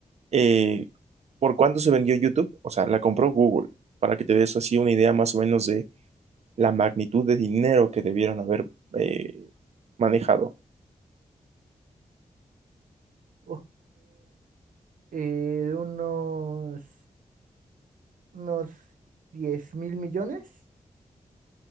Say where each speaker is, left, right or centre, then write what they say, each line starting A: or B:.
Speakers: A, on the right (about 55°); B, on the right (about 80°).
A: eh, por cuánto se vendió YouTube, o sea, la compró Google, para que te des así una idea más o menos de la magnitud de dinero que debieron haber eh, manejado.
B: Ok. eh, unos, unos 10 mil millones.